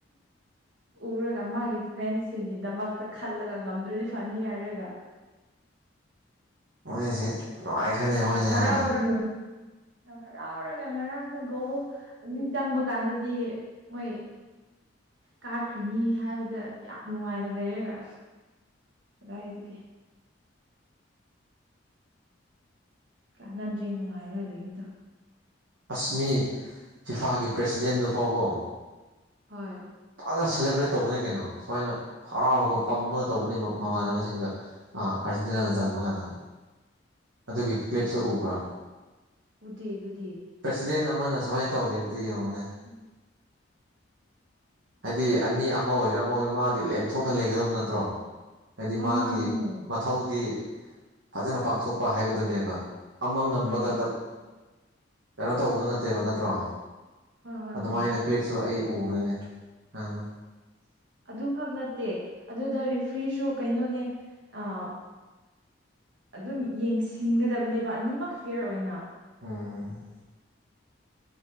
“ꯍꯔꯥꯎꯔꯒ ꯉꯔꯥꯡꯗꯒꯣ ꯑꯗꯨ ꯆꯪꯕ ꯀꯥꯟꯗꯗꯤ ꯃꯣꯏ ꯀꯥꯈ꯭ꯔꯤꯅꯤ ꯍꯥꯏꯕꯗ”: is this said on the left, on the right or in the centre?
Right